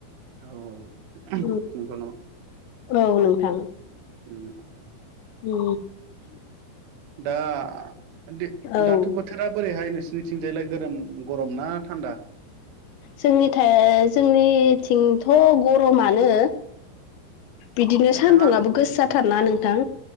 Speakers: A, on the right; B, on the left.
A: औ नंगौ
B: उ औ नोंथां
A: नंगौ
B: उ
A: दा दि
B: औ
A: दाथ' बोथोरा बोरैहाय नोंसोरनिथिंजायलाय गोरोम गरम ना थान्दा
B: जोंनिथाय जोंनिथिंथ' गरमानो बिदिनो
A: नोंथाङा
B: सानदुंङाबो गोसो
A: उम
B: थारना नोंथां।